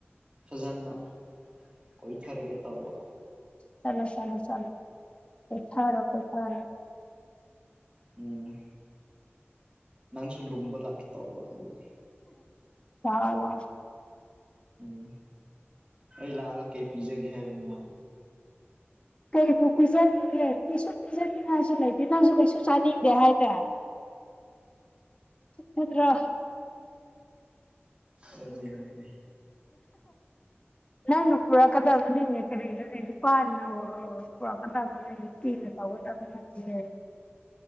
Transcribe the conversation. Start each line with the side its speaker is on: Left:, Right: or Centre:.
Right: ꯐꯖꯅ ꯀꯣꯏꯊꯔꯒꯦ ꯇꯧꯕ
Left: ꯆꯂꯣ ꯆꯂꯣ ꯆꯂꯣ ꯄꯩ ꯊꯥꯔꯣ ꯀꯣꯏ ꯊꯥꯔꯣ
Right: ꯎꯝ ꯅꯪꯁꯨ ꯂꯨꯝꯕ ꯂꯥꯛꯀꯦ ꯇꯧꯕ ꯑꯗꯨꯅꯤ
Left: ꯂꯥꯛꯑꯣ ꯂꯥꯛꯑꯣ
Right: ꯎꯝ ꯑꯩ ꯂꯥꯛꯑꯒ ꯀꯩ ꯄꯤꯖꯒꯦ ꯍꯥꯏꯕꯅꯣ
Left: ꯀꯩꯕꯨ ꯄꯤꯖꯅꯦꯒꯦ ꯀꯩꯁꯨ ꯄꯤꯖꯅꯤꯡꯉꯥꯏꯁꯨ ꯂꯩꯇꯦ ꯅꯪꯁꯨ ꯀꯩꯁꯨ ꯆꯥꯅꯤꯡꯗꯦ ꯍꯥꯏꯗꯥꯏ ꯅꯠꯇ꯭ꯔꯣ
Right: ꯍꯣꯏꯅꯦ ꯍꯣꯏꯅꯦ
Left: ꯅꯪꯅ ꯄꯨꯔꯛꯀꯗꯕꯅꯤꯅꯦ ꯀꯔꯤꯅꯣꯅꯦ ꯅꯄꯥꯥꯅ ꯛꯀꯗꯕꯅꯦ ꯀ ꯇꯒꯗꯕꯦ